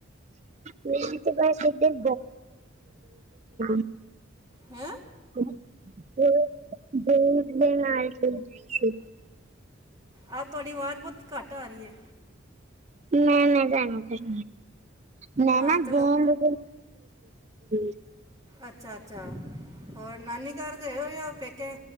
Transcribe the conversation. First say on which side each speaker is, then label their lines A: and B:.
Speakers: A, on the right (about 35°); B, on the right (about 20°).
A: ਮੇਰੀ ਤੇ ਬਸ ਐਦਰ <inaudible>
B: ਹੈਂ
A: <inaudible>
B: ਆਹ ਤੁਆਡੀ ਆਵਾਜ਼ ਬਹੁਤ ਘੱਟ ਆ ਰਈ ਐ।
A: ਮੈਂ ਨੀ ਜਾਣਾ ਫੇਰ, ਮੈਂ
B: ਹਾਂ
A: ਨਾ
B: ਚਲੋ
A: ਗੇਦ- <unintelligible>
B: ਅੱਛਾ-ਅੱਛਾ ਹੋਰ ਨਾਨੀ ਘਰ ਗਏ ਹੋਏ। ਓ ਪੇਕੇ